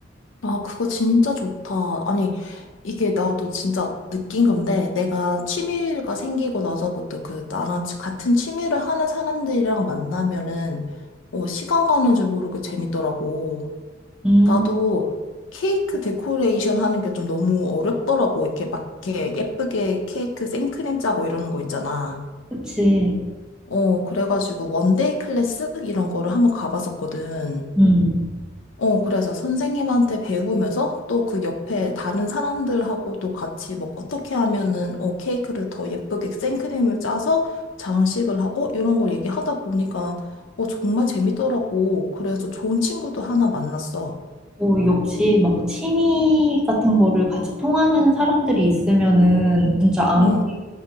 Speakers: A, on the left; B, in the centre.
A: 아, 그거 진짜 좋다. 아니, 이게 나도 진짜 느낀 건데, 내가 취미가 생기고 나서부터 그, 나랑 치- 같은 취미를 하는 사람들이랑 만나면은, 어, 시간 가는 줄 모르고 재밌더라고.
B: 음,
A: 나도 케이크 데코레이션 하는 게 좀 너무 어렵더라고. 이렇게 막, 이렇게 예쁘게 케이크 생크림 짜고 이러는 거 있잖아.
B: 그치.
A: 어, 그래가지고 원데이 클래스? 이런 거를 한번 가봤었거든.
B: 음.
A: 어, 그래서 선생님한테 배우면서 또 그 옆에 다른 사람들하고도 같이 뭐 어떻게 하면은 어, 케이크를 더 예쁘게 생크림을 짜서 장식을 하고 이런 걸 얘기하다 보니까 어, 정말 재밌더라고. 그래서 좋은 친구도 하나 만났어.
B: 뭐, 역시 막 취미 같은 거를 같이 통하는 사람들이 있으면은 진짜 아무,
A: 응, 응,